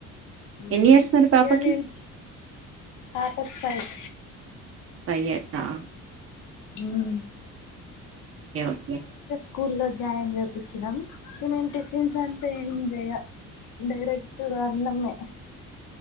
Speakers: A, on the left; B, on the right.
A: ఉమ్
B: ఎన్ని ఇయర్స్ మరి పాపకి
A: ఈగ నేను పాపకి ఫైవ్
B: ఫైవ్ ఇయర్స్ ఆ
A: హమ్
B: ఓకే ఓకే
A: స్కూల్లో జాయిన్ చేపించినాం ఇ నేను టిఫిన్స్ అంత ఏం జేయా డైరెక్ట్ర్ అన్నమే